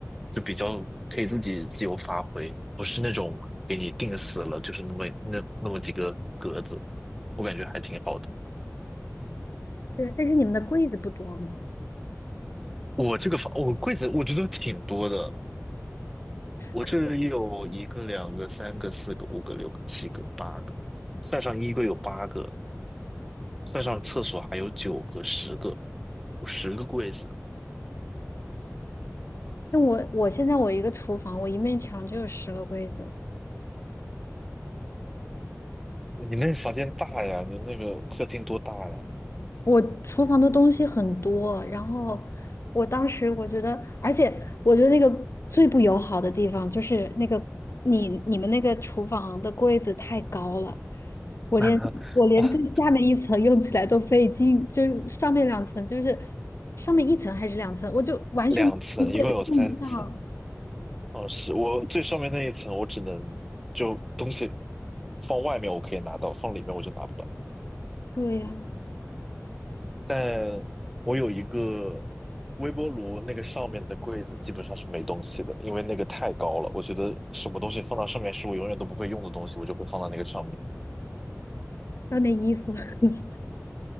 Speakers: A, in the centre; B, on the left.
A: 就比较可以自己自由发挥，不是那种给你定死了，就是那么那那么几个格子，我感觉还挺好的。
B: 对，但是你们的柜子不多吗？
A: 我这个房，我柜子我觉得挺多的，我这里有一个、
B: 可，
A: 两个、三个、四个、五个、六个、七个、八个，算上衣柜有八个，算上厕所还有九个、十个，有十个柜子。
B: 那我我现在我一个厨房，我一面墙就有十个柜子。
A: 你那房间大呀？你那个客厅多大呀？
B: 我厨房的东西很多，然后我当时我觉得，而且我觉得那个最不友好的地方就是那个你你们那个厨房的柜子太高了，我连我连最下面一层用起来都费劲，
A: <laughs> 啊，
B: 就上面两层就是上面一层还是两层，我就完全
A: 两层，一共有三层。
B: 碰不上。
A: 哦，是我最上面那一层，我只能就东西放外面我可以拿到，放里面我就拿不到。
B: 对呀、
A: 但我有一个微波炉，那个上面的柜子基本上是没东西的，因为那个太高了。我觉得什么东西放到上面是我永远都不会用的东西，我就会放到那个上面。
B: 还有那衣服，<laughs>